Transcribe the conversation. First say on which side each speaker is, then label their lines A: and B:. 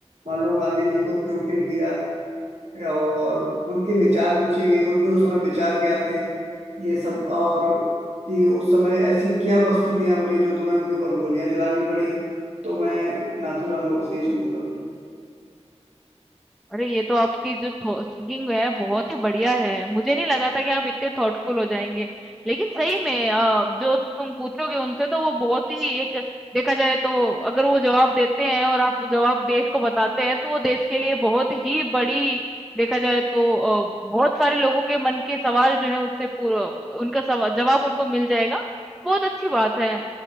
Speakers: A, on the right; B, in the centre.
A: मान लो गांधी जी को क्यों किल किया और उनके विचार पूछेंगे उनके उस समय विचार क्या थे ये सब और कि उस समय ऐसी क्या परिस्थितियां बनी जो तुम्हें उनके ऊपर गोलियां चलानी पड़ी तो मैं नाथूराम गोडसे ही चुनूंगा फिर
B: अरे ये तो आपकी जो थिंकिंग है बहुत ही बढ़िया है मुझे नहीं लगा था कि आप इतने थॉटफुल हो जाएंगे लेकिन सही में अ, जो तुम पूछोगे उनसे तो वो बहुत ही एक देखा जाए तो अगर वो जवाब देते हैं और आप वो जवाब देश को बताते हैं तो वो देश के लिए बहुत ही बड़ी देखा जाए तो अ, बहुत सारे लोगों के मन के सवाल जो है उससे पूरा उनका सवा- जवाब उनको मिल जाएगा बहुत अच्छी बात है